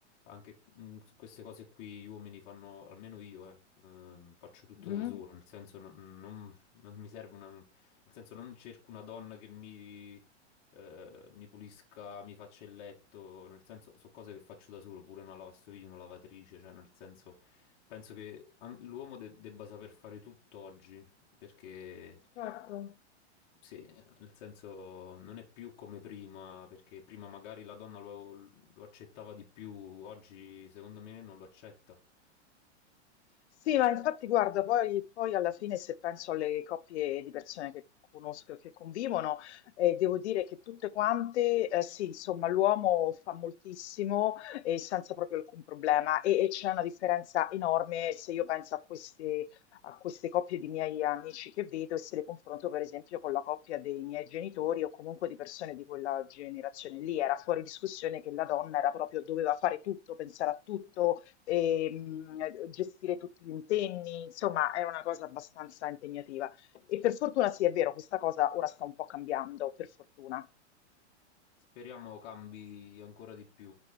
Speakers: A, on the left (about 40°); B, on the left (about 70°).
A: anche mh, su queste cose qui gli uomini fanno, almeno io, eh, ehm, faccio tutto
B: Mhm,
A: da solo, nel senso non, non- non mi serve una, nel senso non cerco una donna che mi, eh, mi pulisca, mi faccia il letto, nel senso sono cose che faccio da solo, pure una lavastoviglie, una lavatrice, cioè nel senso penso che an- l'uomo de- debba saper fare tutto oggi, perché...
B: certo.
A: Sì, nel senso non è più come prima, perché prima magari la donna lo, lo accettava di più, oggi secondo me non lo accetta.
B: Sì, ma infatti guarda, poi, poi alla fine se penso alle coppie di persone che conosco e che convivono, eh, devo dire che tutte quante, eh, sì, insomma, l'uomo fa moltissimo e senza proprio alcun problema e, e c'è una differenza enorme se io penso a queste, a queste coppie di miei amici che vedo e se le confronto per esempio con la coppia dei miei genitori o comunque di persone di quella generazione lì, era fuori discussione che la donna era proprio, doveva fare tutto, pensare a tutto ehm, gestire tutti gli impegni, insomma è una cosa abbastanza impegnativa. E per fortuna sì, è vero, questa cosa ora sta un po' cambiando, per fortuna.
A: Speriamo cambi ancora di più.